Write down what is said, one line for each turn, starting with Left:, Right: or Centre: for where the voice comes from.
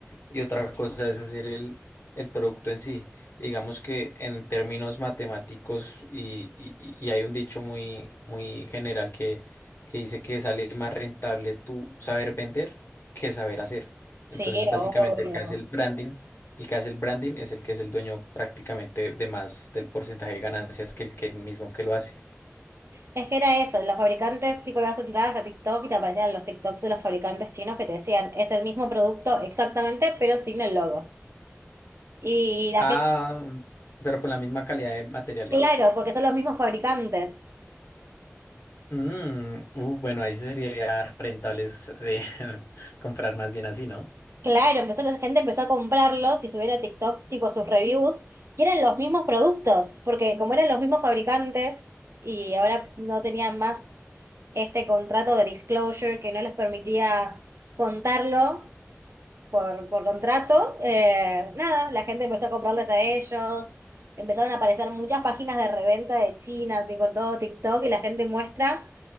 Left: y otra cosa es hacer el, el producto en sí. Digamos que en términos matemáticos y, y- y- y hay un dicho muy, muy general que, que dice que sale más rentable tú saber vender que saber hacer.
Right: Sí,
Left: Entonces, básicamente
Right: obvio.
Left: el que hace el branding, el que hace el branding es el que es el dueño prácticamente de más del porcentaje de ganancias que el que el mismo que lo hace.
Right: Es que era eso, los fabricantes, tipo, ibas entradas a TikTok y te aparecían los TikToks de los fabricantes chinos que te decían, es el mismo producto exactamente, pero sin el logo. Y la
Left: Ah,
Right: gente,
Left: pero con la misma calidad de materiales.
Right: claro, porque son los mismos fabricantes.
Left: Mm, uh, bueno, ahí sí sería rentables de <laughs> comprar más bien así, ¿no?
Right: Claro, empezó, la gente empezó a comprarlos y subir a TikToks, tipo, sus reviews, y eran los mismos productos, porque como eran los mismos fabricantes y ahora no tenían más este contrato de disclosure que no les permitía contarlo. por, por contrato, eh, nada, la gente empezó a comprarles a ellos, empezaron a aparecer muchas páginas de reventa de China, con todo TikTok, y la gente muestra,